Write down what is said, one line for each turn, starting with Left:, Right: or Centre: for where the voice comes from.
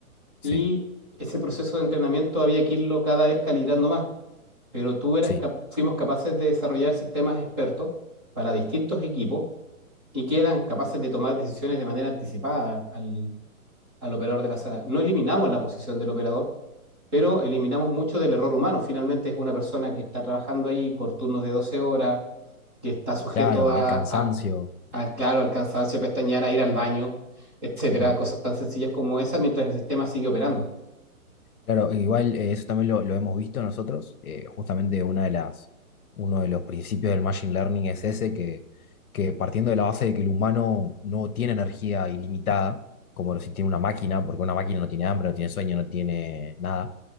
Right: y
Left: Sí,
Right: ese proceso de entrenamiento había que irlo cada vez calibrando más, pero tú eras
Left: sí.
Right: cap- fuimos capaces de desarrollar sistemas expertos para distintos equipos y que eran capaces de tomar decisiones de manera anticipada al, al operador de la sala. No eliminamos la posición del operador, pero eliminamos mucho del error humano. Finalmente es una persona que está trabajando ahí por turnos de 12 horas, que está sujeto
Left: Claro,
Right: a,
Left: el cansancio.
Right: a, a claro, al cansancio, a pestañear, a ir al baño, etcétera,
Left: ujú.
Right: cosas tan sencillas como esa, mientras el sistema sigue operando.
Left: Claro, igual eh, eso también lo, lo hemos visto nosotros. eh, justamente una de las, uno de los principios del machine learning es ese, que, que partiendo de la base de que el humano no tiene energía ilimitada, como lo si tiene una máquina, porque una máquina no tiene hambre, no tiene sueño, no tiene nada.